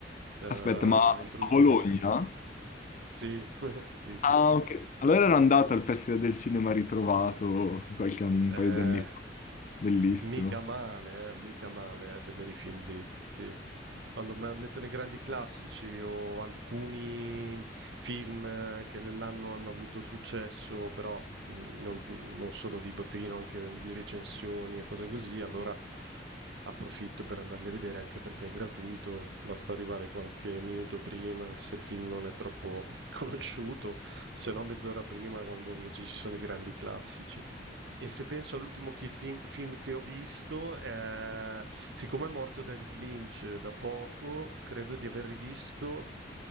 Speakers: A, on the right (about 75°); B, on the left (about 45°).
A: eh, a
B: Aspetta, ma a
A: Ma introdurre
B: Bologna?
A: il loro sì, <laughs> sì, sì.
B: Ah, ok. Allora ero andato al Festival del Cinema Ritrovato qualche, anno- un paio
A: Ehm,
B: di anni fa. Bellissimo.
A: Mica male, eh, mica male, eh, vedere i film lì, sì. Quando me- mettono i grandi classici o alcuni film eh, che nell'anno hanno avuto successo, però mh, non, non solo di botteghino, anche di recensioni e cose così, allora approfitto per andarli a vedere anche perché è gratuito, basta arrivare qualche minuto prima se il film non è troppo <laughs> conosciuto, se no mezz'ora prima quando invece ci sono i grandi classici. E se penso all'ultimo chi- film, film che ho visto, eh, siccome è morto David Lynch eh, da poco, credo di aver rivisto